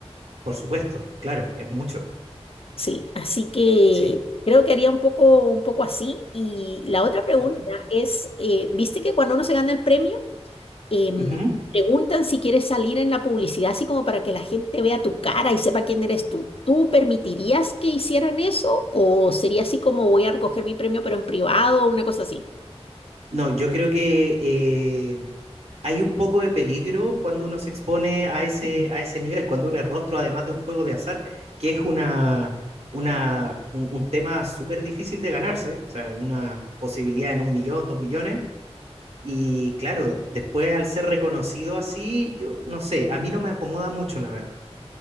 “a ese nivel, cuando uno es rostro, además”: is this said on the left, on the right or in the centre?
Right